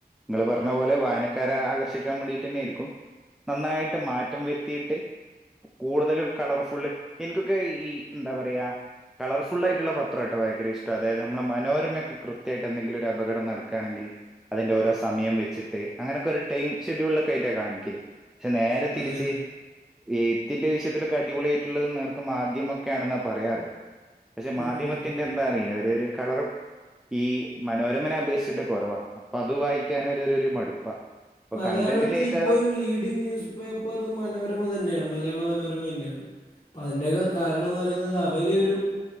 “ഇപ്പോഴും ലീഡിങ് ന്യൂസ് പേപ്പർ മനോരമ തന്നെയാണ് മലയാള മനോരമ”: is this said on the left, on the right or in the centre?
Left